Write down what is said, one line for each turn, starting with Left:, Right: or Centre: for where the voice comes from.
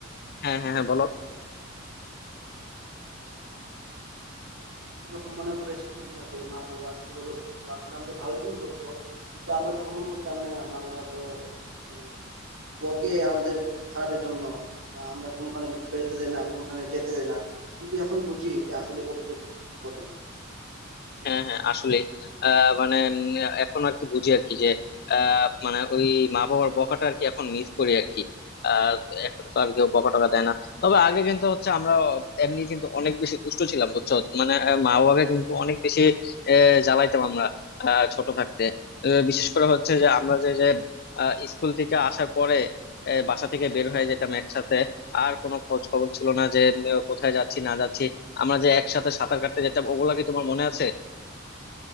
Left: হ্যাঁ হ্যাঁ হ্যাঁ বলো
Right: যখন মনে পড়ে সেদিনগুলো যে মা বাবা কিভাবে আসলে আমাদের ভালো দিন করতো কিন্তু আমরা তখন মনে করতাম না মা বাবা তো এই, বকে আমাদের খারাপের জন্য না, আমরা কোনোখানে বেরোতে দেয় না কোনোখানে যেতে দেয় না কিন্তু এখন বুঝি যে আসলে কতটুকু ইম্পর্টেন্ট
Left: হ্যাঁ হ্যাঁ আসলে আহ মানে উম, এখন আর কি বুঝি আর কি যে আহ, মানে ওই মা বাবার বকাটা আর কি এখন মিস করি আর কি আহ, এখন তো আর কেউ বকা টকা দেয় না তবে আগে কিন্তু হচ্ছে আমরা এমনি কিন্তু অনেক বেশি দুষ্ট ছিলাম বুঝছো মানে আহ, মা বাবাকে কিন্তু অনেক বেশি আহ, জ্বালাইতাম আমরা আহ, ছোট থাকতে আহ, বিশেষ করে হচ্ছে যে আমরা যে যে আহ, স্কুল থেকে আসার পরে আহ, বাসা থেকে বের হয়ে যেতাম একসাথে আর কোনো খোঁজ খবর ছিল না যে উম, কোথায় যাচ্ছি না যাচ্ছি আমরা যে একসাথে সাঁতার কাটতে যেতাম ওগুলা কি তোমার মনে আছে